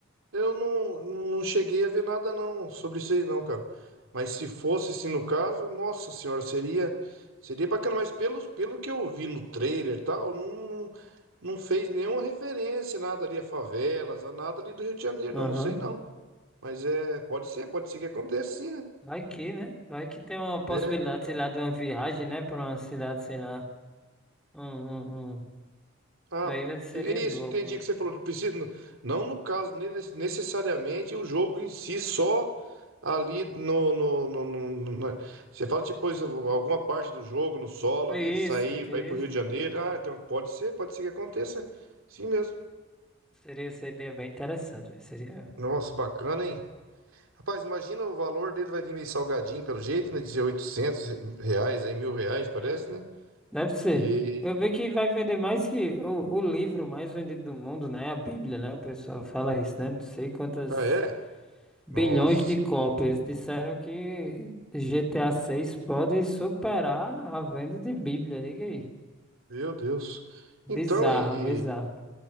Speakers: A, on the right; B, in the centre.
A: Eu não, não cheguei a ver nada não sobre isso aí não, cara. Mas se fosse assim no caso, nossa senhora, seria seria bacana, mas pelo, pelo que eu vi no trailer e tal, não, não fez nenhuma referência, nada ali a favelas, a nada ali do Rio de Janeiro,
B: Aham.
A: não, não sei não. Mas é, pode ser, pode ser que aconteça sim, né?
B: Vai que, né? Vai que tem uma possibilidade,
A: Né?
B: sei lá, de uma viagem, né? Pra uma cidade, sei lá. Um, um, um.
A: Ah,
B: Aí vai- seria
A: é isso,
B: louco.
A: entendi o que você falou. Precisa, não no caso, ne- necessariamente o jogo em si, só ali no, no, no, no- no- Você fala, tipo, pois, alguma parte do jogo, no solo
B: Isso,
A: ali, sair
B: isso.
A: para ir pro Rio de Janeiro. Ah, então pode ser, pode ser que aconteça. Sim mesmo.
B: Seria, seria bem interessante. véi. Seria.
A: Nossa, bacana, hein? Rapaz, imagina o valor dele vai vir meio salgadinho pelo jeito, né? Dizer 800 reais, aí mil reais, parece,
B: é,
A: né?
B: Deve ser.
A: E.
B: Eu vi que vai vender mais que o, o livro mais vendido do mundo, né? A Bíblia, né? O pessoal fala isso, né? Não sei quantas
A: Ah, é?
B: bilhões
A: Nossa,
B: de cópias. Disseram que GTA 6 pode superar a venda de Bíblia, diga aí.
A: meu Deus.
B: Bizarro,
A: Então, e...
B: bizarro.
A: e-